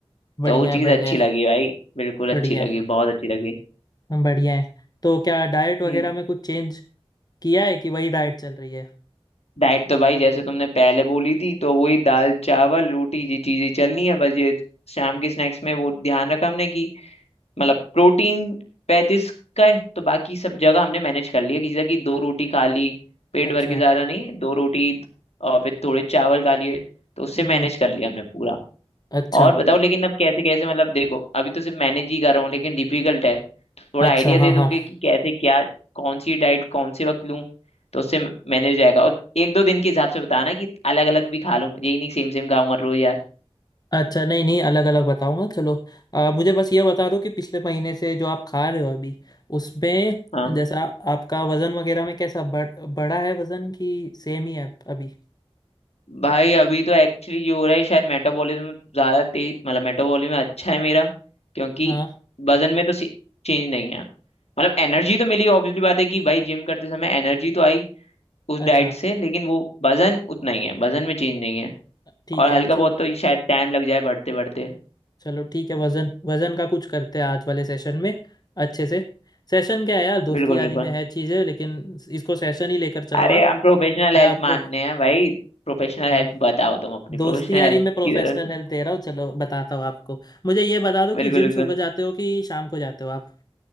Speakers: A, on the left (about 40°); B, on the left (about 80°).
A: बढ़िया
B: तो वो
A: है
B: चीज
A: बढ़िया
B: अच्छी
A: है
B: लगी भाई बिल्कुल
A: बढ़िया
B: अच्छी लगी बहुत अच्छी लगी
A: है बढ़िया है तो क्या डाइट वगैरह
B: हम्म,
A: में कुछ चेंज किया है कि वही डाइट चल रही है
B: डाइट तो भाई जैसे तुमने पहले बोली थी तो वही दाल चावल रोटी ये चीजें चलनी है बस ये शाम के स्नैक्स में वो ध्यान रखा हमने कि मतलब प्रोटीन पैंतीस का है तो बाकी सब जगह हमने मैनेज कर लिया किसी तरह की दो रोटी खा ली पेट
A: अच्छा
B: भर के ज्यादा नहीं दो रोटी और फिर थोड़े चावल खा लिए तो उससे मैनेज
A: हम्म
B: कर लिया हमने पूरा
A: अच्छा
B: और बताओ लेकिन अब कैसे कैसे मतलब देखो अभी तो सिर्फ मैनेज ही कर रहा हूँ लेकिन डिफिकल्ट है थोड़ा
A: अच्छा
B: आइडिया
A: हाँ
B: दे दोगे
A: हाँ
B: कि कैसे क्या कौन सी डाइट कौन से वक्त लूँ तो उससे मैनेज हो जाएगा और एक दो दिन के हिसाब से बताना कि अलग अलग भी खा लूँ यही नहीं सेम सेम खाऊंगा रोज यार
A: अच्छा नहीं नहीं अलग अलग बताऊंगा चलो आ, मुझे बस ये बता दो कि पिछले महीने से जो आप खा रहे हो अभी उसमें
B: हाँ
A: जैसा आपका वजन वगैरह में कैसा बढ़ बढ़ा है वजन कि सेम ही है अभी
B: भाई अभी तो एक्चुअली जो हो रहा है शायद मेटाबॉलिज्म ज्यादा तेज मतलब मेटाबॉलिज्म अच्छा है मेरा क्योंकि
A: हाँ
B: वजन में तो चेंज नहीं है मतलब एनर्जी तो मिली ऑब्वियसली बात है कि भाई जिम करते समय एनर्जी तो आई उस
A: अच्छा
B: डाइट से लेकिन वो वजन उतना ही है वजन में चेंज नहीं है
A: ठीक
B: और हल्का
A: है चलो
B: बहुत तो शायद टाइम लग जाए बढ़ते बढ़ते
A: चलो ठीक है वजन वजन का कुछ करते हैं आज वाले सेशन में अच्छे से सेशन क्या है यार दोस्ती
B: बिल्कुल
A: यारी
B: बिल्कुल
A: में है चीज़ें लेकिन इसको सेशन ही लेकर चलो
B: अरे
A: आप
B: हम प्रोफेशनल
A: मैं
B: हेल्प
A: आपको
B: मानने हैं भाई प्रोफेशनल
A: हाँ
B: हेल्प बताओ तुम अपनी प्रोफेशनल
A: दोस्ती यारी
B: हेल्प
A: में प्रोफेशनल
B: की तरफ
A: हेल्प दे रहा हूँ चलो बताता हूँ आपको मुझे ये बता दो कि
B: बिल्कुल
A: जिम
B: बिल्कुल
A: सुबह जाते हो कि शाम को जाते हो आप